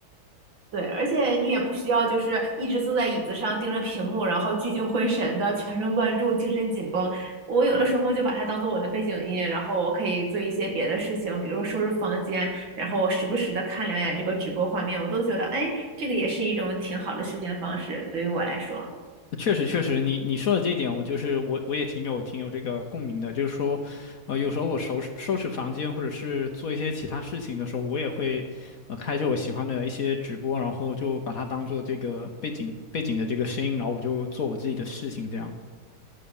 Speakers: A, on the right; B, on the left.
A: 对，而且你也不需要就是一直坐在椅子上盯着屏幕，然后聚精会神的全神贯注、精神紧绷。我有的时候就把它当做我的背景音，然后我可以做一些别的事情，比如说收拾房间，然后我时不时的看两眼这个直播画面，我都觉得，哎，这个也是一种挺好的休闲方式，对于我来说。
B: 确实，确实，你你说的这一点，我就是我我也挺有挺有这个共鸣的。就是说，呃，有时候我收拾收拾房间，或者是做一些其他事情的时候，我也会，呃，开着我喜欢的一些直播，然后就把它当做这个背景背景的这个声音，然后我就做我自己的事情这样。